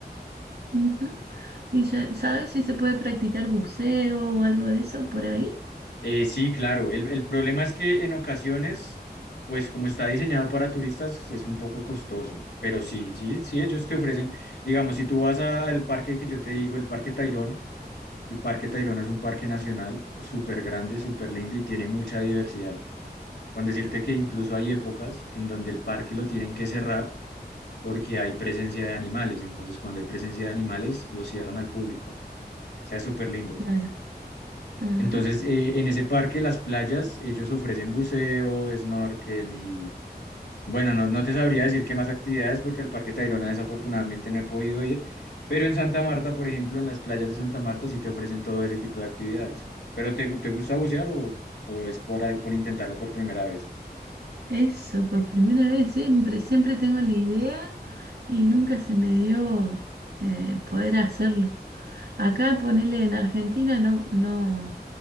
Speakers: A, on the right (about 70°); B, on the left (about 85°).
A: Ujú. ¿Y se- sabes si se puede practicar buceo o algo de eso por ahí?
B: Eh, sí, claro. El, el problema es que en ocasiones, pues como está diseñado para turistas, es un poco costoso. Pero sí, sí, sí, ellos te ofrecen, digamos, si tú vas a- al parque que yo te digo, el Parque Tayrona, el Parque Tayrona es un parque nacional súper grande, súper lindo y tiene mucha diversidad. Con decirte que incluso hay épocas en donde el parque lo tienen que cerrar porque hay presencia de animales. Entonces, cuando hay presencia de animales, lo cierran al público. O sea, súper lindo.
A: Claro. Ajá.
B: Entonces, eh, en ese parque, las playas, ellos ofrecen buceo, snorkel y, bueno, no, no te sabría decir qué más actividades porque al Parque Tayrona desafortunadamente no he podido ir, pero en Santa Marta, por ejemplo, en las playas de Santa Marta sí te ofrecen todo ese tipo de actividades. ¿Pero te, gu- te gusta bucear o, o es por, ahí- por intentarlo por primera vez?
A: Eso, por primera vez, siempre, siempre tengo la idea y nunca se me dio eh, poder hacerlo. Acá ponele en Argentina no, no,